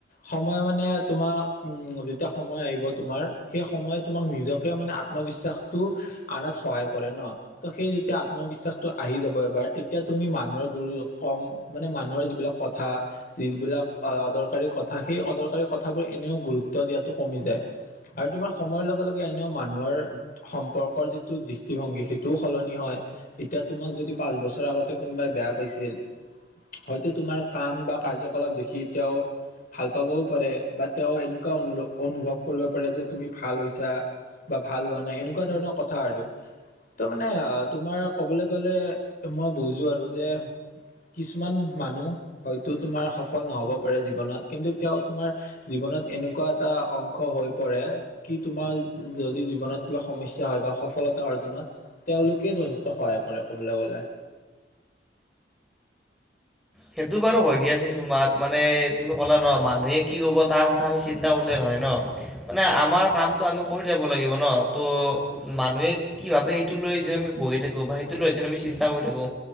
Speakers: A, on the left; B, in the centre.
A: সময় মানে তোমাৰ, উম যেতিয়া সময় আহিব তোমাৰ, সেই সময় তোমাক নিজক মানে আত্মবিশ্বাসটো আনাত সহায় কৰে ন, ত সেই যেতিয়া আত্মবিশ্বাসটো আহি যাব এবাৰ তেতিয়া তুমি মানুহৰ গুৰু কম মানে মানুহৰ যিবিলাক কথা যিবিলাক অদৰকাৰী কথা, সেই অদৰকাৰী কথাবোৰ এনেও গুৰুত্ব দিয়াটো কমি যায় আৰু তোমাৰ সময়ৰ লগে লগে এ নেও মানুহৰ সম্পৰ্কৰ যিটো দৃষ্টিভংগী সেইটোও সলনি হয়, এতিয়া তোমাক যদি পাঁচ বছৰ আগতে কোনোবাই বেয়া পাইছিল হয়তো তোমাৰ কাম বা কাৰ্যকলাপ দেখি তেওঁ ভাল পাবও পাৰে বা তেওঁ এনেকুৱা অনু অনুভৱ কৰিব পাৰে যে তুমি ভাল হৈছা বা ভাল হোৱা নাই এনেকুৱা ধৰণৰ কথা আৰু। ত' মানে আঁহ তোমাৰ কবলৈ গলে মই বুজো আৰু যে কিছুমান মানুহ হয়তো তোমাৰ সফল নহ'ব পাৰে জীৱনত কিন্তু তেওঁ তোমাৰ জীৱন ত এনেকুৱা এটা অংশ হৈ পৰে কি তোমাৰ যদি জীৱনত কিবা সমস্যা হয় বা সফলতা অৰ্জনত তেওঁলোকে যথেষ্ট সহায় কৰে ক'বলৈ গল লে।
B: সেইটো বাৰু হয় দিয়াচোন তোমাৰ মানে তুমি ক'লা ন মানুহে কি কব তাৰ কথা আমি চিন্তা কৰিলে নহয় ন। মানে আমাৰ কাম আমি কৰি থাকিব লাগিব ন', ত' মানুহে কি ভাবে সেইটো লৈ যে আমি বহি থাকো বা সেইটো লৈ আমি চিন্তা কৰি থাকো,